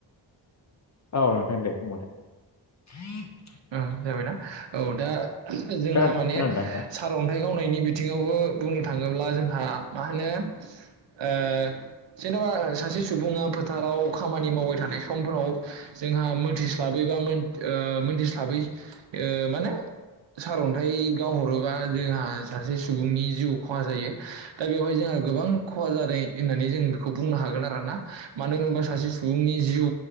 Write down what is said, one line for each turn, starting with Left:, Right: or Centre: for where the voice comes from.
Left: औ नोंथां दे बुंबाय दा।
Right: ओम जाबायना औ दा जोंहा
Left: खोनादों
Right: माने
Left: खोनादोंना नोंथां?
Right: सारअन्थाइ गावनायनि बि बिथिङावबो बुंनो थाङोब्ला जोंहा मा होनो ओ जेन'बा सासे से सुबुङा फोथाराव खामानि मावबाय थानाय समफोराव जोंहा मोनथिस्लाबै बा मोन ओ मोनथि थाबै ओ माने सारन्थाइ गावहरोबा जोंहा सासे सुबुंनि जिउ खहा जायो दा बेवहाय जोंहा गोबां खहा जादों होननानै जों बेखौ बुंनो हागोन आरोना मानो होनोबा सासे सुबुंनि जिउ